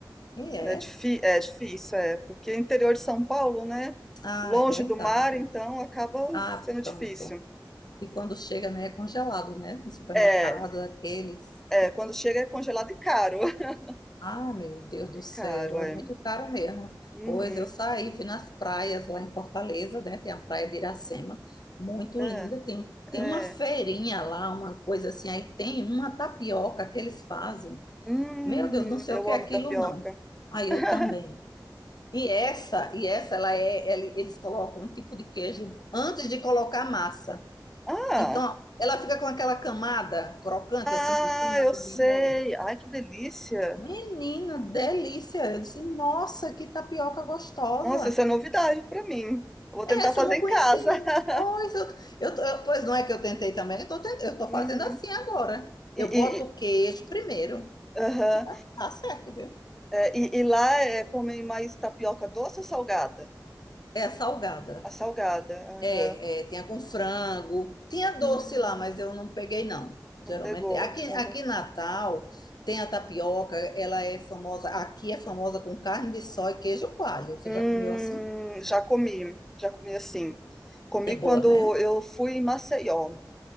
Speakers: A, on the left; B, in the centre.
A: E é.
B: né? Difí- É, difícil, é, porque interior de São Paulo, né?
A: Ah,
B: Longe
A: é verdade.
B: do mar, então acaba
A: Ah,
B: sendo
A: pronto.
B: difícil.
A: E quando chega, né, é congelado, né? No supermercado,
B: É,
A: aqueles.
B: é, quando chega é congelado e caro. <laughs>
A: Ah, meu Deus
B: E
A: do céu,
B: caro,
A: é
B: é.
A: muito caro mesmo.
B: Uhum.
A: Pois eu saí, fui nas praias lá em Fortaleza, né? Tem a praia de Iracema, muito
B: É,
A: linda. Tem, um, tem
B: é.
A: uma feirinha lá, uma coisa assim. Aí tem uma tapioca que eles fazem.
B: Hum,
A: Meu Deus, não sei
B: eu
A: o que é
B: amo
A: aquilo,
B: tapioca.
A: não. Aí
B: <laughs>
A: eu também. E essa, e essa, ela é, ele- eles colocam um tipo de queijo antes de colocar a massa.
B: Ah,
A: Então, ela fica com aquela camada crocante
B: ah,
A: assim por cima
B: eu
A: quando
B: sei.
A: enrola.
B: Ai, que delícia.
A: Menina, delícia! Eu disse, nossa, que tapioca gostosa!
B: Nossa, isso é novidade pra mim. Eu vou tentar
A: Essa
B: fazer
A: eu não
B: em
A: conhecia.
B: casa. <laughs>
A: Pois, eu, eu, tô- eu- pois não é que eu tentei também, eu tô, ten- eu tô
B: Uhum.
A: fazendo assim agora.
B: E
A: Eu boto
B: e e
A: o queijo primeiro.
B: aham.
A: E dá, dá certo, viu?
B: Eh, e e lá, eh, comem mais tapioca doce ou salgada?
A: É salgada.
B: A salgada, aham.
A: É, é, tinha com frango, tinha
B: Hum,
A: doce lá, mas eu não peguei, não. Geralmente,
B: não pegou.
A: aqui,
B: Aham.
A: aqui em Natal tem a tapioca, ela é famosa, aqui é famosa com carne de sol e queijo coalho. Você já
B: Hum,
A: comeu assim?
B: já comi, já comi assim. Comi
A: É boa,
B: quando
A: né?
B: eu fui em Maceió.